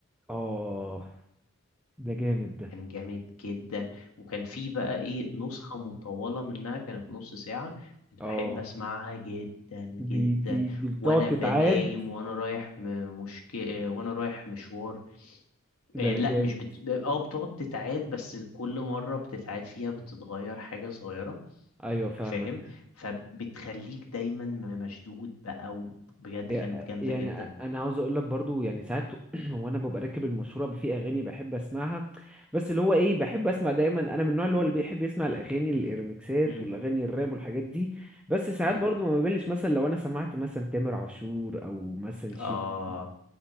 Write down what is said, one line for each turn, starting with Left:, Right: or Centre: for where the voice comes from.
Centre: اه ده جامد ده
Left: كان جامد جدا وكان فيه بقى ايه نسخة مطولة منها كانت نص ساعة كنت
Centre: اه
Left: بحب اسمعها جدا
Centre: دي
Left: جدا
Centre: دي دي بتقعد
Left: وانا
Centre: تتعاد
Left: بنايم وانا رايح م- مشك... آه، وانا رايح مشوار آه،
Centre: ده
Left: لا
Centre: جامد
Left: مش بت... اه بتقعد تتعاد بس كل مرة بتتعاد فيها بتتغير حاجة صغيرة
Centre: ايوه فاهمك
Left: فاهم فبتخليك دايما م- مشدود بقى و... بجد
Centre: يا-
Left: كانت جامدة
Centre: يعني
Left: جدا
Centre: انا عاوز اقول لك برضو يعني ساعات <clears throat> وانا ببقى راكب المشوره في اغاني بحب اسمعها بس اللي هو ايه بحب اسمع دايما انا من النوع اللي هو اللي بيحب يسمع الاغاني الريمكسات
Left: مم.
Centre: والاغاني الراب والحاجات دي بس ساعات
Left: مم.
Centre: برضو ما بملش مثلا لو انا سمعت مثلا تامر عاشور او مثلا شيرين
Left: اه